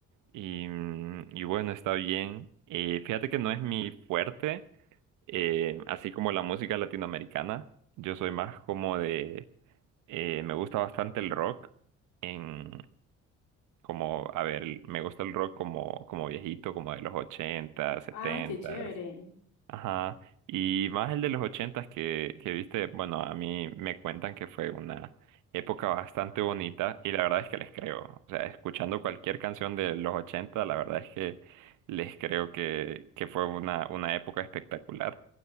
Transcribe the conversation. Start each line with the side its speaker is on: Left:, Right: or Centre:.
Right: Y, mm, y bueno, está bien. Eh, fíjate que no es mi fuerte, eh, así como la música latinoamericana. Yo soy más como de... eh, me gusta bastante el rock. En, como, a ver, me gusta el rock como, como viejito, como de los 80, 70.
Left: Ay, qué chévere.
Right: Ajá. Y más el de los ochentas que, que viste, bueno, a mí me cuentan que fue una época bastante bonita y la verdad es que les creo. O sea, escuchando cualquier canción de los ochenta, la verdad es que les creo que, que fue una, una época espectacular.